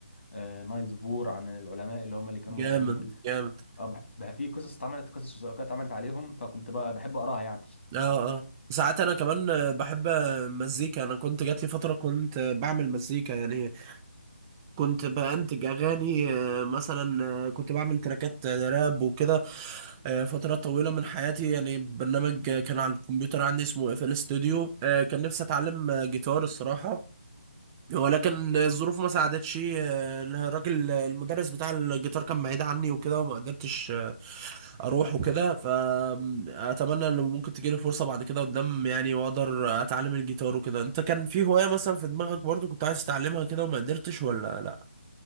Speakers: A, on the left (about 60°); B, on the right (about 15°).
A: آه، نايلز بور عن العلماء اللي هم اللي كانوا
B: جامد
A: موجودين دول
B: جامد
A: آه، بح- بح- في قصص اتعملت قصص وثائقية اتعملت عليهم فكنت بقى بحب أقرأها يعني
B: اه اه ساعات انا كمان آه، بحب آه، مزيكا انا كنت جات لي فتره كنت آه، بعمل مزيكا يعني كنت بأنتج أغاني آه، مثلا آه، كنت بعمل تراكات آه، راب وكده آه، فترات طويلة من حياتي يعني برنامج آه، كان على الكمبيوتر عندي اسمه اف ال ستوديو كان نفسي أتعلم آه، جيتار الصراحة ولكن الظروف ما ساعدتش آه، الراجل آه، المدرس بتاع الجيتار كان بعيد عني وكده وما قدرتش آه، أروح وكده فأتمنى إن ممكن تجيلي فرصة بعد كده قدام يعني وأقدر أتعلم الجيتار وكده أنت كان في هواية مثلا في دماغك برضو كنت عايز تتعلمها كده وما قدرتش ولا لأ؟